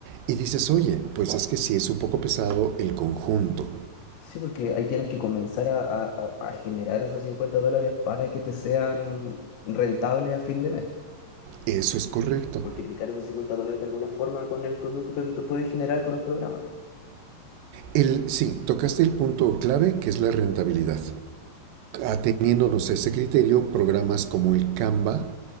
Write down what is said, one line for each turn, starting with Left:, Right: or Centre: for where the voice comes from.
Right: Y dices, oye, pues es que sí es un poco pesado el conjunto.
Left: Sí, porque ahí tienes que comenzar a, a, a a generar esos 50 dólares para que te sean rentables a fin de mes.
Right: Eso es correcto.
Left: multiplicar esos 50 dólares de alguna forma con el producto que tú puedes generar con los programas,
Right: El, sí, tocaste el punto clave que es la rentabilidad. Ateniéndonos a este criterio, programas como el Canva